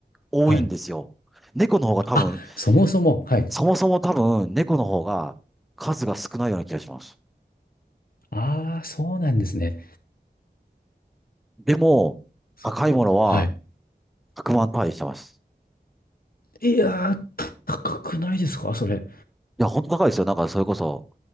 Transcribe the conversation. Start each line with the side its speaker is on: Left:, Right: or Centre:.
Centre: 多いんですよ。
Left: はい。
Centre: 猫の方が多分
Left: あ、そもそも、はい。
Centre: そもそも多分、猫の方が数が少ないような気がします。
Left: ああ、そうなんですね。
Centre: でも、
Left: そ
Centre: 高いものは
Left: うはい。
Centre: 100万単位してます。
Left: いやー、高くないですか、それ。
Centre: いや、本当高いですよ。なんか、それこそ、